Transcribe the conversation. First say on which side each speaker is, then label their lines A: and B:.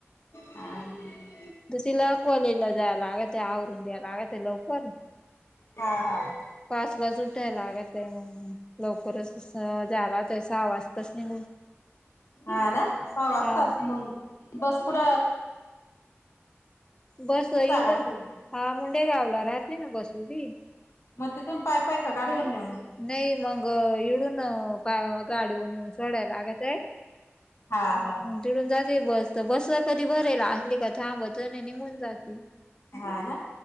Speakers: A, on the left; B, on the left.
A: हां.
B: दुसरीला कॉलेजला जायला लागत, आवरून द्यायला लागतं लवकर.
A: हा, हा.
B: पाचलाच उठाय लागतय, लवकरच झाला तर सहा वाजताच निघून. <inaudible>
A: हा ना, सहा वाजताात
B: हा
A: बस कुठ
B: बस इगड्,
A: लागतय का
B: हा मडंयी गावला राहते ना बस उभी.
A: मग तिथून पाय पाय का गाडीवर नेऊन
B: नाही मग इडून गाडीवर येऊन सोडायला लागतंय.
A: हा, हा.
B: चिडून जाते बस, तर बसला कधी भरेल, असली का थांबत नाही निघून जाते.
A: हा ना.